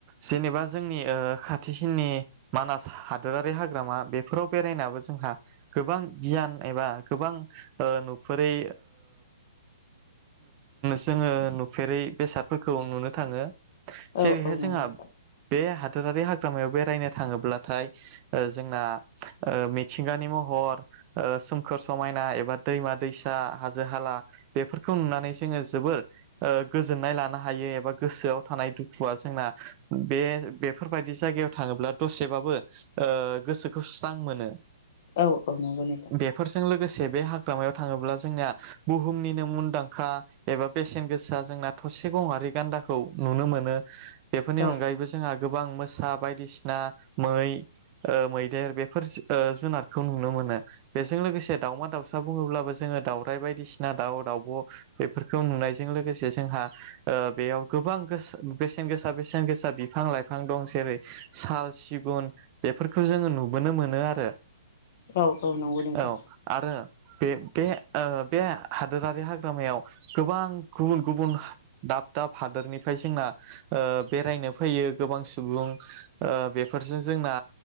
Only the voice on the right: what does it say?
जेनेबा जोंनि ओ खाथिसिननि मानास हादोरारि हाग्रामा बेफोराव बेरायनाबो जोंहा गोबां गियान एबा गोबां ओ नुफेरै जोङो नुफेरै बेसादफोरखौ नुनो थाङो
जेरैहाय
जोंहा
बे हा दरारि हाग्रामायाव बेरायनो थाङोब्लाथाय ओ जोंना ओ मिथिगानि महर ओ सोमखोर समायना एबा दैमा दैसा हाजो हाला बेफोरखौ नुनानै जोङो जोबोर ओ गोजोननाय लानो हायो एबा गोसोआव थानाय दु खुवा जोंना बे बेफोरबायदि जायगायाव थाङोब्ला दसेबाबो ओ गोसोखौ स्रां मोनो
बेफोरजों लोगोसे बे हाग्रामायाव थाङोब्ला जोंनिया बुहुमनिनो मुंदांखा एबा बेसेन गोसा जोंना थसे गंआरि गान्दाखौ नुनो मोनो <unintelligible> बेफोरनि
अनगायैबो जोंहा गोबां मोसा बायदिसिना मै मैदेर ओ बेफोर ओ जुनारखौ नुनो मोनो बेजों लोगोसे दाावमा दाउसा बुङोब्लाबो जोङो दाउराइ बायदिसिना दाउ दाउब' बेफोरखौ नुनायजों लोगोसे जोंहा बेयाव गोबां गोसो बेसेन गोसा बेसेन गोसा बिफां लाइफां दं जेरै साल सिगुन बेफोरखौ जोङो नुबोनो मोनो आरो
औ आरो बे बे ओ बे हादोरारि हाग्रामायाव गोबां गुबुन गुबुन दाब दाब हादोरनिफ्राय जोंना ओ बेरायनो फैयो गोबां सुबुं ओ बेफोरजों जोंना